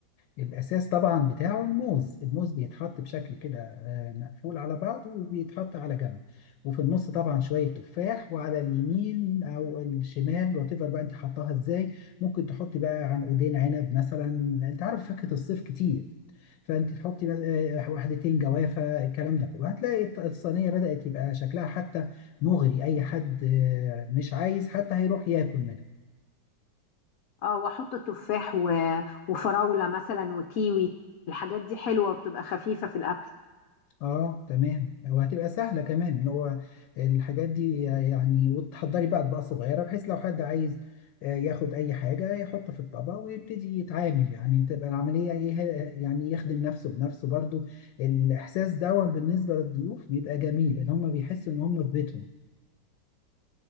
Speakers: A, on the left (about 80°); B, on the left (about 65°).
A: الأساس طبعا بتاعه الموز الموز بيتحط بشكل كده آه، مقفول على بعضه وبيتحط على جنب وفي النص طبعا شوية تفاح وعلى اليمين أو الشمال وات ايفر بقى أنت حطاها إزاي ممكن تحطي بقى عنقودين عنب مثلا أنت عارف فاكهة الصيف كتير فأنت تحطي بس- آه، واحدتين جوافة الكلام ده كله هتلاقي الط- الصينية بدأت يبقى شكلها حتى مغري أي حد آه، مش عايز حتى هيروح ياكل منها
B: اه واحط تفاح و... وفراولة مثلا وكيوي الحاجات دي حلوة وبتبقى خفيفة في الأكل
A: اه تمام وهتبقى سهله كمان اللي هو الحاجات دي يعني وتحضري بقى اطباق صغيره بحيث لو حد عايز آه، ياخد اي حاجه يحط في الطبق ويبتدي يتعامل يعني تبقى العمليه ايه يعني يخدم نفسه بنفسه برضو الاحساس ده بالنسبه للضيوف بيبقى جميل ان هم بيحسوا ان هم في بيتهم